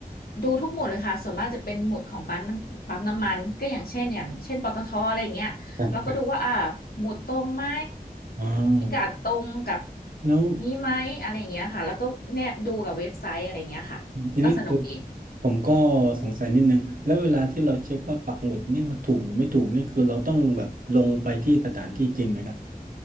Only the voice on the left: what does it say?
ดูทุกหมุดเลยค่ะส่วนมากจะเป็นหมุดของปั๊มปั๊มน้ำมันก็อย่างเช่นอย่างเช่นปตทอะไรอย่างเงี้ย
เราก็ดูว่าอ่าหมุดตรงไหม
พิกัดตรงกับ
นี้ไหมอะไรอย่างเงี้ยค่ะแล้วก็แนบดูกับเว็บไซต์อะไรอย่างเงี้ยค่ะก็สนุกดี